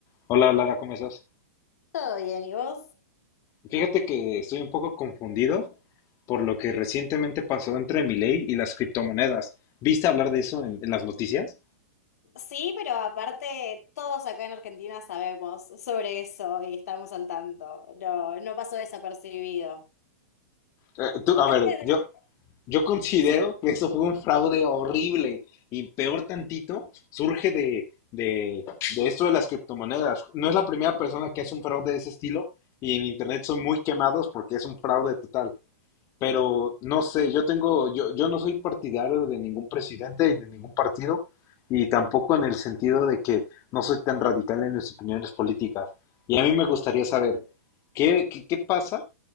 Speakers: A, on the left; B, on the left.
A: Hola Lara, ¿cómo estás?
B: Todo bien, ¿y vos?
A: Fíjate que estoy un poco confundido por lo que recientemente pasó entre Milei y las criptomonedas. ¿Viste hablar de eso en, en las noticias?
B: Sí, pero aparte todos acá en Argentina sabemos sobre eso y estamos al tanto. No, no pasó desapercibido.
A: Eh, tú- a
B: Antes
A: ver, yo,
B: de...
A: yo considero
B: Sí,
A: que eso fue un fraude horrible y peor tantito surge de, de, de esto de las criptomonedas. No es la primera persona que hace un fraude de ese estilo y en internet son muy quemados porque es un fraude total. Pero no sé, yo tengo, yo, yo no soy partidario de ningún presidente y de ningún partido, y tampoco en el sentido de que no soy tan radical en mis opiniones políticas. Y a mí me gustaría saber, ¿qué, qué, qué pasa?